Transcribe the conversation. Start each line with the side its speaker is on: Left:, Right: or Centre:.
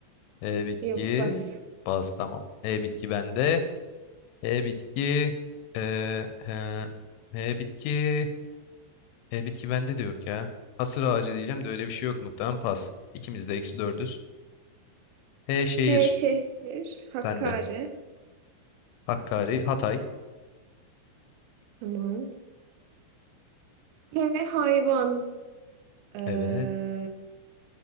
Left: E, bitki.
Right: Yok pas.
Left: Baz. Tamam. E, bitki bende. E, bitki. E, he, e, bitki. E, bitki bende de yok ya. Hasır ağacı diyeceğim de öyle bir şey yok muhtemelen. Pas. İkimiz de eksi dördüz. E, şehir.
Right: H şehir. Hakkari.
Left: Sende. Hakkari. Hatay.
Right: Tamam. H hayvan. Ee,
Left: Evet.